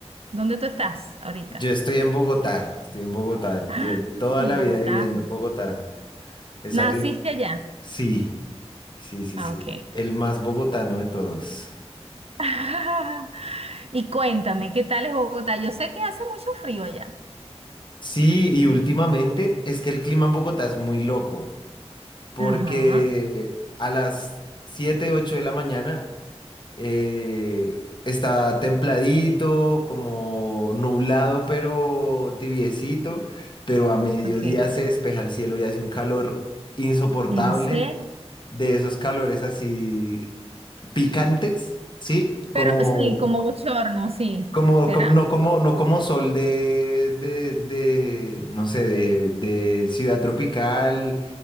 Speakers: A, on the right (about 65°); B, on the left (about 45°).
A: ¿Dónde tú estás ahorita?
B: Yo estoy en Bogotá, estoy en Bogotá.
A: Ah,
B: Yo toda la
A: Bogotá.
B: vida viviendo en Bogotá. He salido.
A: ¿Naciste allá?
B: Sí, sí, sí,
A: Ah,
B: sí.
A: ok.
B: El más bogotano de todos.
A: <laughs> Y cuéntame, ¿qué tal es Bogotá? Yo sé que hace mucho frío allá.
B: Sí, y últimamente es que el clima en Bogotá es muy loco, porque
A: Ajá,
B: a las 7, 8 de la mañana eh, está templadito, como nublado, pero tibiecito, pero a mediodía
A: ok.
B: se despeja el cielo y hace un calor insoportable.
A: ¿En serio?
B: de esos calores así picantes, ¿sí?
A: Pero
B: Como,
A: sí, como bochorno, sí.
B: como,
A: ¿Será?
B: como- no como, no como sol de, de, de, no sé, de, de ciudad tropical,